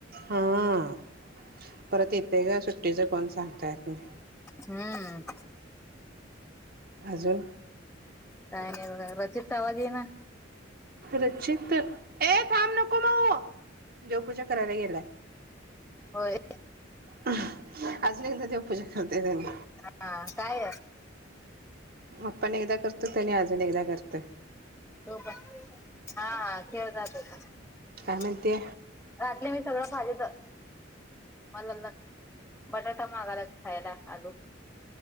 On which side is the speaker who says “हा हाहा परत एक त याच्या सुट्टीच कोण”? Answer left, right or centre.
Right